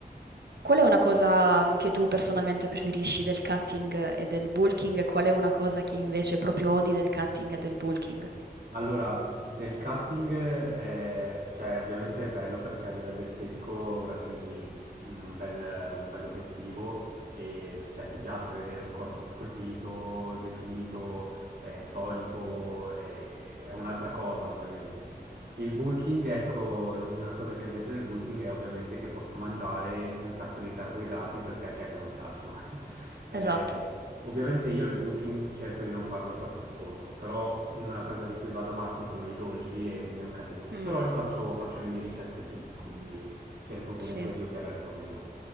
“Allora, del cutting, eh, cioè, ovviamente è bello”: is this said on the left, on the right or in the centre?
Right